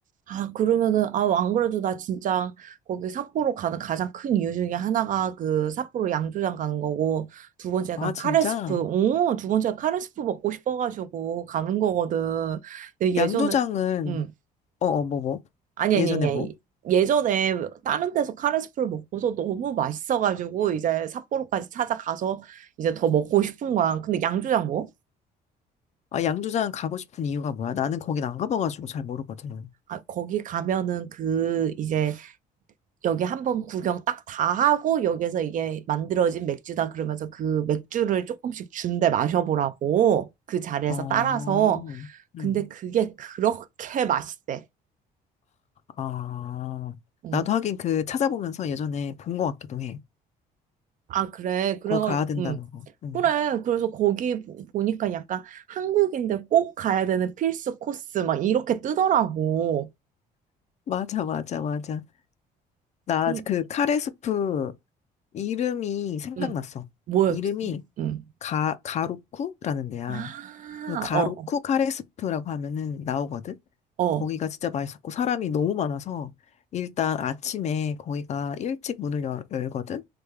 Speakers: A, on the right (about 50°); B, on the left (about 40°).
A: 아, 그러면은, 아, 안 그래도 나 진짜 거기 삿포로 가는 가장 큰 이유 중에 하나가 그 삿포로 양조장 가는 거고, 두 번째가
B: 아, 진짜?
A: 카레스프, 오, 두 번째가 카레스프 먹고 싶어가지고 가는 거거든. 근데 예전에,
B: 양조장은,
A: 음,
B: 어, 어, 뭐, 뭐.
A: 아니,
B: 예전에
A: 아니, 아니,
B: 뭐?
A: 아니. 예전에 다른 데서 카레스프를 먹고서 너무 맛있어가지고 이제 삿포로까지 찾아가서 이제 더 먹고 싶은 거야. 근데 양조장 뭐?
B: 아, 양조장 가고 싶은 이유가 뭐야? 나는 거긴 안 가봐가지고 잘 모르거든.
A: 아, 거기 가면은 그 이제 여기 한번 구경 딱 다 하고 여기서 이게 만들어진 맥주다 그러면서 그 맥주를 조금씩 준대 마셔보라고 그 자리에서
B: 아,
A: 따라서
B: 음,
A: 근데 그게 그렇게 맛있대.
B: 아.
A: 음.
B: 나도 하긴 그 찾아보면서 예전에 본 것 같기도 해.
A: 아 그래 그래가
B: 거기 가야 된다는
A: 음.
B: 거. 음.
A: 그래 그래서 거기 보- 보니까 약간 한국인들 꼭 가야 되는 필수 코스 막 이렇게 뜨더라고.
B: 맞아, 맞아, 맞아. 나
A: 그,
B: 그 카레 스프 이름이 생각났어.
A: 음. 뭐였지?
B: 이름이
A: 음.
B: 가, 가로쿠라는 데야.
A: 아,
B: 그 가루쿠
A: 어,
B: 카레스프라고 하면은 나오거든?
A: 어. 어.
B: 거기가 진짜 맛있었고, 사람이 너무 많아서, 일단 아침에 거기가 일찍 문을 열, 열거든?